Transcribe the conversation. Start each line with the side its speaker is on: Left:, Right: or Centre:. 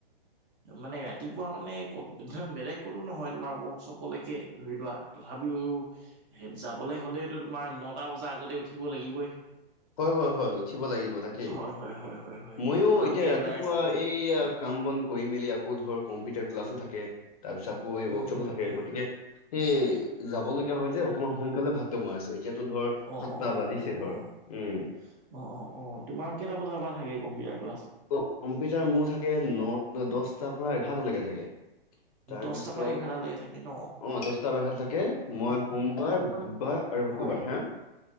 Right: মানে ৰাতিপুৱা মানে ক'ত বেলেগতো নহয় তোমাৰ ৱৰ্কশ্বপলৈকে ধৰি লোৱা। তথাপিও সেই যাবলৈ হ'লেতো তোমাৰ নটা বজাৰ আগতে উঠিব লাগিবই।
Left: উ হয় হয় হয়। উঠিব লাগিব তাকেই
Right: হয় হয় হয় হয় হয়
Left: ময়ো
Right: ভালকে
Left: এতিয়া ৰাতিপুৱা
Right: ওলাই যাবলৈ
Left: এইয়া
Right: অ
Left: কাম বন। কৰি মেলি আকৌ ধৰ কম্পিউটাৰ ক্লাছো থাকে। তাৰপিছত আকৌ এই ৱৰ্কশ্বপো
Right: উম উম
Left: থাকে।
Right: উম
Left: গতিকে সেই যাব লগগীয়া হয় যে অকমান সোনকালে ভাতটো বনাই আছো এতিয়াতো ধৰ
Right: অ
Left: সাতটা
Right: অ অ
Left: বাজিছে
Right: অ অ
Left: ধৰ।
Right: অ
Left: উম
Right: অ অ তোমাৰ কেইটা বজাৰ পৰা থাকে কম্পিউটাৰ ক্লাছ
Left: ক কম্পিউটাৰ মোৰ থাকে ন দহটাৰ পৰা এঘাৰটালৈকে থাকে। তাৰপিছত
Right: দহটাৰ পৰা এঘাৰটালৈকে থাকে ন
Left: অ দহটা বাষাত থাকে মই
Right: অ'
Left: সোমবাৰ
Right: বৰ্তমান
Left: বুধবাৰ আৰু শুকুবাৰ
Right: হয়
Left: হাঁ?